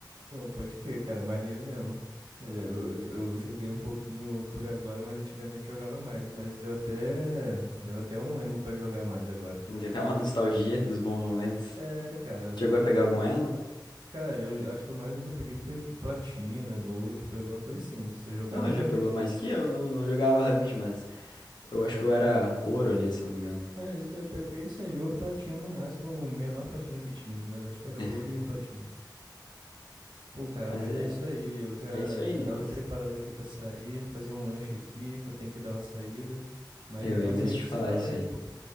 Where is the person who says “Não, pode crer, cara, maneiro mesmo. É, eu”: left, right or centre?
Right